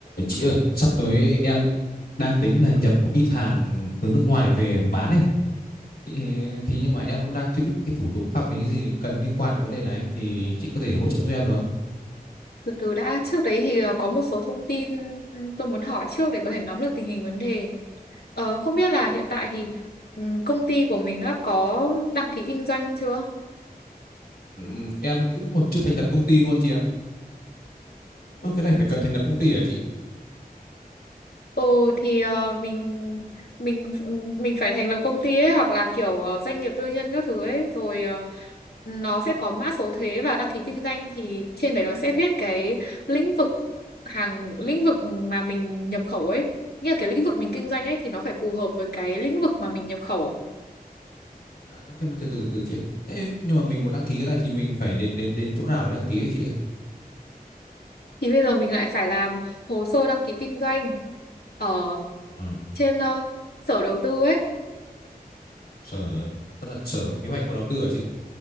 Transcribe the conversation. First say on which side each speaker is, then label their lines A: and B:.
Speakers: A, on the left; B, on the left.
A: Chị ơi, sắp tới em đang tính là nhập một ít hàng từ nước ngoài về bán ấy. Chị, thì nhưng mà em cũng đang chưa biết những cái thủ tục pháp lý gì cần liên quan đến vấn đề này Thì chị có thể hỗ trợ cho em được không?
B: Từ từ đã, trước đấy thì ờ, có một số thông tin ừ, tôi muốn hỏi trước để có thể nắm được tình hình vấn đề. Ờ, không biết là hiện tại thì ừ, công ty của mình đã có đăng ký kinh doanh chưa?
A: Ừm, em cũng còn chưa thành lập công ty luôn chị ạ. Ôi, cái này phải cần thành lập công ty hả chị?
B: Ừ thì ờ, mình mình mình phải thành lập công ty ấy hoặc là kiểu ờ, doanh nghiệp tư nhân các thứ ấy rồi ờ, nó sẽ có mã số thuế và đăng ký kinh doanh thì trên đấy nó sẽ viết cái lĩnh vực hàng lĩnh vực mà mình nhập khẩu ấy nghĩa là cái lĩnh vực mình kinh doanh ấy thì nó phải phù hợp với cái lĩnh vực mà mình nhập khẩu
A: À, à, thế mà từ từ từ từ chị. ơi. Thế nhưng mà mình muốn đăng ký cái này thì mình phải đến đến đến chỗ nào để đăng ký ấy chị ơi?
B: thì bây giờ mình lại phải làm hồ sơ đăng ký kinh doanh ở
A: Ừ,
B: trên ờ, sở đầu tư ấy
A: sở tức là sở kế hoạch và đầu tư hả chị?